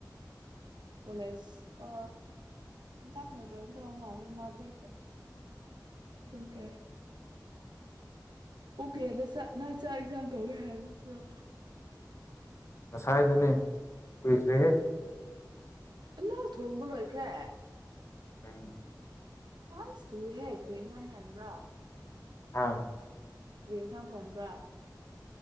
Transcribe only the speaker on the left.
ꯍꯥꯏꯕꯅꯦ ꯀꯈ꯭ꯔꯦꯍꯦ
ꯎꯝ
ꯍꯥꯥ